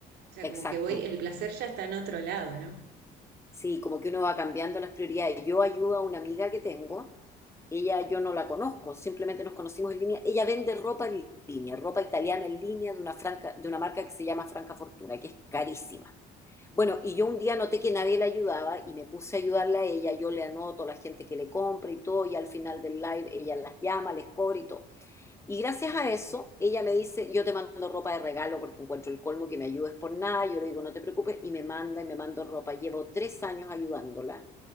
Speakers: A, on the right (about 80°); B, on the left (about 15°).
A: O sea,
B: exacto.
A: como que voy, el placer ya está en otro lado, ¿no?
B: Sí, como que uno va cambiando las prioridades. Yo ayudo a una amiga que tengo, ella yo no la conozco, simplemente nos conocimos en línea. Ella vende ropa en línea, ropa italiana en línea de una, franca, de una marca que se llama Franca Fortuna, que es carísima. Bueno, y yo un día noté que nadie la ayudaba y me puse a ayudarla a ella, yo le anoto a la gente que le compra y todo, y al final del live ella las llama, les cobra y todo. Y gracias a eso, ella me dice, yo te mando ropa de regalo porque encuentro el colmo que me ayudes por nada, yo le digo, no te preocupes, y me manda y me mando ropa. Llevo tres años ayudándola.